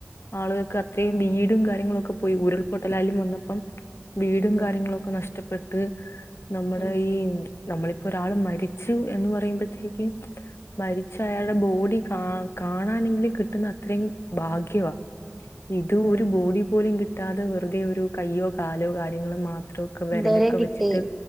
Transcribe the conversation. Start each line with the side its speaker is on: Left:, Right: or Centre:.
Left: ആളുകൾക്ക് അത്രയും വീടും കാര്യങ്ങളൊക്കെ പോയി ഉരുൾപൊട്ടലായാലും വന്നപ്പം വീടും
Centre: ഉം
Left: കാര്യങ്ങളൊക്കെ നഷ്ടപ്പെട്ട് നമ്മുടെ
Centre: ഉം
Left: ഈഹ് നമ്മളിപ്പോ ഒരാള് മരിച്ചു എന്ന് പറയുമ്പോഴത്തേക്ക്‌ മരിച്ച് അയാടെ ബോഡി കാ കാണാനെങ്കിലും കിട്ടുന്നത്രേം ഭാഗ്യമാ ഇതു
Centre: ഉം
Left: ഒരു ബോഡി പോലും കിട്ടാതെ വെറുതെ ഒരു കയ്യോ കാലോ കാര്യങ്ങളോ മാത്രോ ക്ക്‌ വിരലൊക്കെ
Centre: ധൈര്യം കിട്ടി
Left: വെച്ചിട്ട്